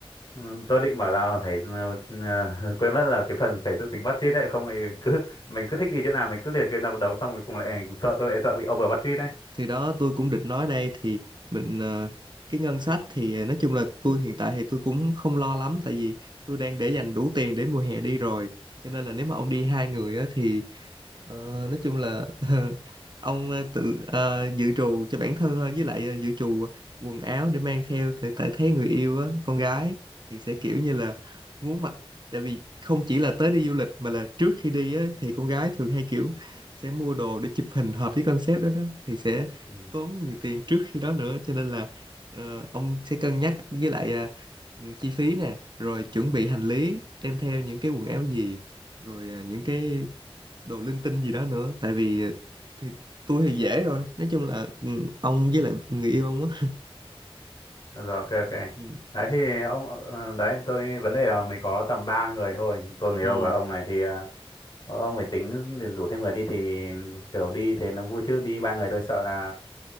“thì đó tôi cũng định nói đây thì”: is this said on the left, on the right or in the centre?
Right